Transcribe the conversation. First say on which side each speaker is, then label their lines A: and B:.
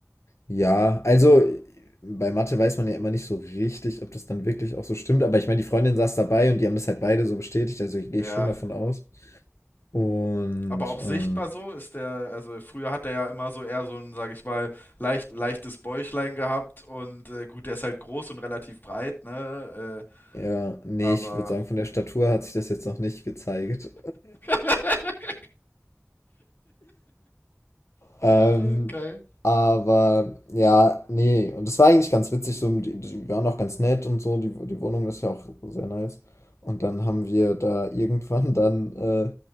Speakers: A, on the left (about 80°); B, on the left (about 45°).
A: Ja, also bei Mathe weiß man ja immer nicht so richtig, ob das dann wirklich auch so stimmt. Aber ich meine, die Freundin saß dabei und die haben das halt beide so bestätigt. Also gehe
B: Ja.
A: ich schon davon aus. Und
B: Aber auch sichtbar
A: ähm,
B: so ist der, also früher hat er ja immer so eher so ein, sag ich mal, leicht, leichtes Bäuchlein gehabt und äh, gut, der ist halt groß und relativ breit, ne? Äh,
A: ja, nee,
B: aber.
A: ich würde sagen, von der Statur hat sich das jetzt noch nicht gezeigt.
B: <laughs>
A: Ähm,
B: Äh, geil.
A: aber ja, nee. Und das war eigentlich ganz witzig, so, die, die waren auch ganz nett und so, die, die Wohnung ist ja auch sehr nice. Und dann haben wir da irgendwann <laughs> dann äh,